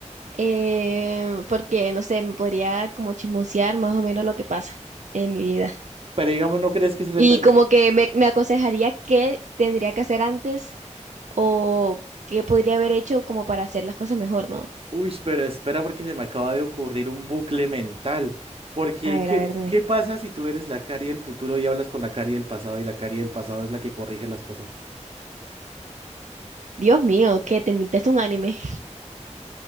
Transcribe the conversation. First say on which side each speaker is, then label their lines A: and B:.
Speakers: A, on the right; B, on the right.
A: eh, porque, no sé, me podría como chismosear más o menos lo que pasa en mi vida.
B: Pero digamos, ¿no crees que eso le...
A: Y
B: pers-
A: como que me, me aconsejaría qué tendría que hacer antes o qué podría haber hecho como para hacer las cosas mejor, ¿no?
B: Uy, pero espera porque se me acaba de ocurrir un bucle mental. Porque,
A: A ver,
B: ¿qué,
A: a ver, dime.
B: qué pasa si tú eres la Cari del futuro y hablas con la Cari del pasado y la Cari del pasado es la que corrige las cosas?
A: Dios mío, ¿qué te invitaste un anime. <laughs>